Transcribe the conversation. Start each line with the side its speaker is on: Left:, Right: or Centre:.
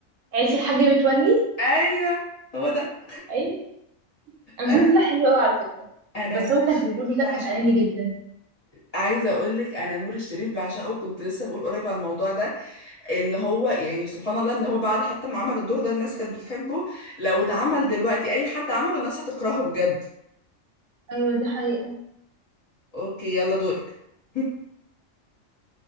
Right: عيلة الحاج متولي
Left: ايوه هو ده
Right: اي المسلسل
Left: انا
Right: ده حلو قوي على فكرة
Left: أنا
Right: بس
Left: نور
Right: هو
Left: الشريف
Right: كان الراجل ده
Left: بعشقه
Right: كان قليل جدا
Left: عايزه اقول لك انا نور الشريف بعشقه كنت لسه بقول قريب عن الموضوع ده ان هو يعني سبحان الله ان هو بعد حتى ما عمل الدور ده الناس كانت بتحبه لو اتعمل دلوقتي اي حد عمله الناس هتكرهه بجد
Right: ايوه دي حقيقة
Left: اوكي يلا دورك <laughs>